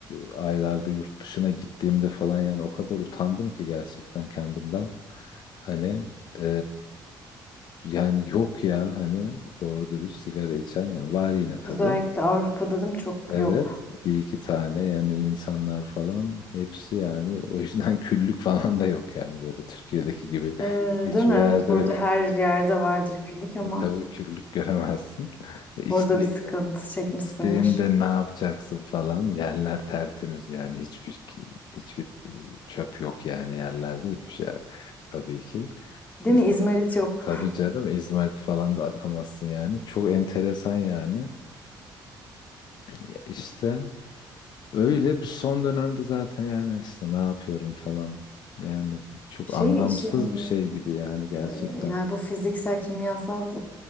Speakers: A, on the left; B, on the left.
A: e, aylarda yurt dışına gittiğimde falan yani o kadar utandım ki gerçekten kendimden hani e, yani yok ya hani doğru dürüst sigara içen yani var yine tabii
B: özellikle Avrupa'da değil mi çok
A: evet
B: yok.
A: bir iki tane yani insanlar falan hepsi yani o yüzden <laughs> küllük falan da yok yani böyle Türkiye'deki gibi.
B: Ee,
A: Hiçbir
B: değil mi? Evet
A: yerde
B: burada
A: öyle
B: her yerde vardır küllük ama
A: e, tabii küllük göremezsin. <laughs> E, İçti,
B: orada bir sıkıntı çekmişsindir.
A: içtiğinde <laughs> ne yapacaksın falan. Yerler tertemiz yani hiçbir hiçbir e, çöp yok yani yerlerde hiçbir şey tabii ki.
B: Değil
A: İzmir,
B: mi? İzmarit yok.
A: tabii canım İzmarit falan da atamazsın yani. Çok enteresan yani. Ya İşte öyle bir son dönemde zaten yani işte ne yapıyorum falan. Yani
B: <laughs>
A: çok
B: Şey
A: anlamsız
B: işin
A: bir şey gibi yani gerçekten.
B: e, yani bu fiziksel kimyasal